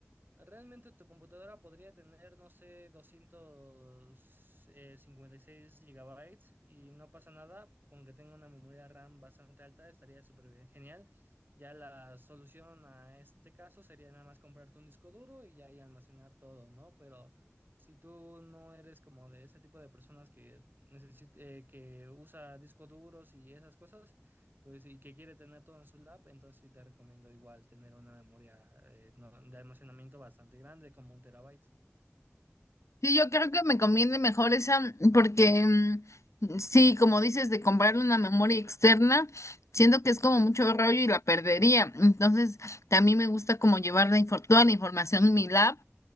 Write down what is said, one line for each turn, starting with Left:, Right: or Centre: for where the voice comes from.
Right: Realmente tu computadora podría tener, no sé, doscientos eh, cincuenta y seis gigabytes y no pasa nada, aunque tenga una memoria RAM bastante alta, estaría súper bien, genial. Ya la solución a este caso sería nada más comprarte un disco duro y ya ahí almacenar todo, ¿no? Pero si tú no eres como de ese tipo de personas que necesite, eh, que usa discos duros y esas cosas, pues, y que quiere tener todo en su lab, entonces sí te recomiendo igual tener una memoria eh, no- de almacenamiento bastante grande, como un terabyte.
Left: Sí, yo creo que me conviene mejor esa, porque mm, sí, como dices, de comprarle una memoria externa, siento que es como mucho rollo y la perdería. Entonces, también me gusta como llevar la infor- toda la información en mi lab